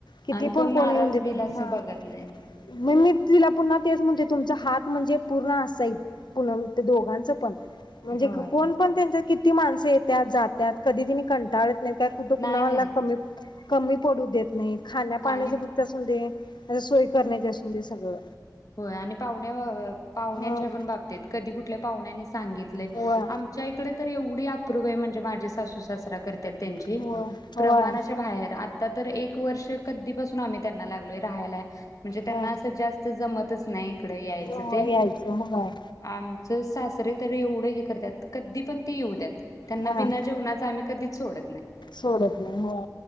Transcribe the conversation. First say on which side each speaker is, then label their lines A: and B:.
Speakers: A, on the left; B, on the left.
A: किती
B: आणि कोण
A: पण
B: नाराज
A: कोणी येऊंदेत
B: बिल असं
A: हा
B: बघत
A: <unintelligible>
B: नाहीत
A: तिला पुन्हा तेच म्हणते तुमचा हात म्हणजे पूर्ण असाय <unintelligible> दोघांच पण म्हणजे
B: होय.
A: कोण पण त्यांच्यात किती माणस येत्यात जात्यात कधी तीनी कंटाळत नाय काय कुठ कुम्हाला
B: नाही नाही
A: कमी कमी पडू देत नाहीत. खाण्या पाण्याचे
B: आणि
A: फक्त असुंदे ते सोय करण्याचे असुंदे सगळ
B: होय आणि पाहण्या पाहण्याच्या
A: हा
B: पण बाबतीत कधी कुठल्या पाहुण्यानी सांगितलय
A: होय
B: आम च्या इकड तर एवढी अप्रूप आहे म्हणजे माझे सासू सासरा करत्यात त्याची
A: होय
B: प्रमाणाच्या
A: होय
B: बाहेर आता तर एक वर्ष कधीपसून आम्ही त्यांना लागलोय राहायला या म्हणजे त्यांना
A: हा
B: जास् स्त जमतच नाही इकड यायच
A: होय
B: ते
A: यायचं होय
B: आम ज सासरे तर एवढ हे करत्यात कधी पण ते येऊद्यात त्यांना
A: हा
B: बिना जेवणाच आम्ही कधीच सोडत नाय.
A: सोडत नाय हो